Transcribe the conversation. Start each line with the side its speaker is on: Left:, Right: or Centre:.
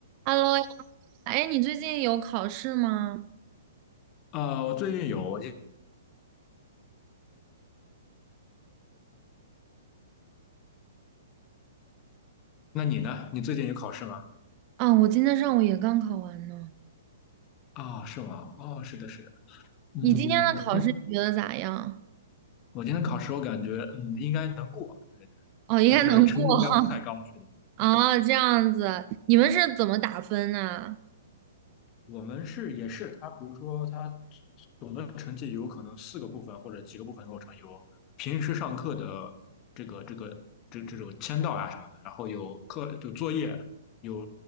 Right: Hello 呀，哎，你最近有考试吗？
Left: 呃，我最近有，我就那你呢？你最近有考试吗？
Right: 啊，我今天上午也刚考完呢。
Left: 啊，是吗？哦，是的，是的。嗯，
Right: 你今天的考试你觉得咋样？
Left: 那我今天考试，我感觉嗯应该能过，
Right: 哦，应该能过
Left: 但是成绩应该不太高，
Right: <laughs>
Left: 是的。
Right: 哦，这样子，你们是怎么打分呢？
Left: 我们是也是，他比如说他总的成绩有可能四个部分或者几个部分构成，有平时上课的这个这个这这种签到啊什么的，然后有课就作业，有